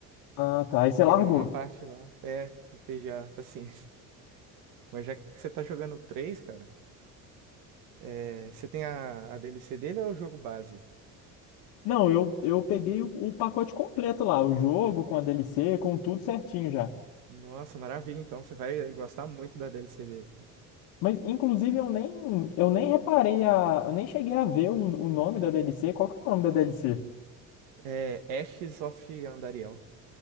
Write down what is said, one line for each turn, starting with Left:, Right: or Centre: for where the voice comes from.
Left: Ah, tá. Aí você
Right: Cheguei
Left: largou.
Right: numa parte lá. É, eu perdi a paciência. <laughs> Mas já que você tá jogando 3, cara, é, você tem a, a DLC dele ou é o jogo base?
Left: Não, eu, eu peguei o, o pacote completo lá, o jogo com a DLC, com tudo certinho já.
Right: Nossa, maravilha, então. Você vai gostar muito da DLC dele.
Left: Mas, inclusive, eu nem, eu nem reparei a. Eu nem cheguei a ver o, o nome da DLC. Qual que é o nome da DLC?
Right: É Ashes of Andariel.